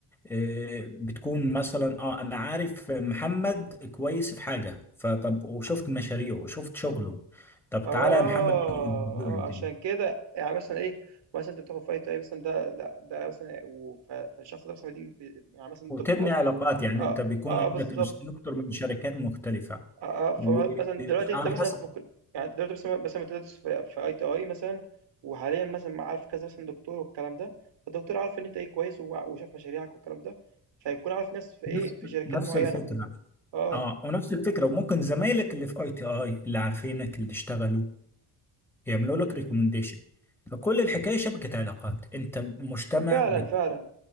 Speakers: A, in the centre; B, on the right.
A: آه، بتكون مثلا اه انا عارف محمد كويس في حاجة فطب وشفت مشاريعه وشفت شغله طب
B: اه
A: تعالى يا محمد عندنا.
B: اه عشان كده يعني مثلا ايه مثلا انت بتاخد في اي تي اي مثلا ده لا ده مثلا وف- فالشخص ده مثلا بيجي بي- يعني مثلا الدكتور
A: وتبني علاقات يعني
B: اه
A: انت بيكون
B: اه
A: عندك
B: بالظبط
A: انستراكتور من شركات مختلفة
B: آه، آه، فمثلا
A: وعلى
B: دلوقتي أنت مثلا
A: حسب
B: في كل يعني أنت دلوقتي مثلا مثلا بتدرس في في أي تي أي مثلا وحاليا مثلا مع- عارف كذا مثلا دكتور والكلام ده فالدكتور عارف إن أنت إيه كويس وع- وشاف مشاريعك والكلام ده فيكون عارف ناس في إيه
A: نفس
B: في شركات
A: نفس
B: معينة
A: الفكرة
B: أه
A: اه ونفس الفكرة وممكن زمايلك اللي في اي تي اي اللي عارفينك اللي اشتغلوا يعملوا لك
B: امم
A: ريكومنديشن فكل الحكايه شبكه علاقات انت مجتمع
B: وفعلا
A: بتديك
B: فعلا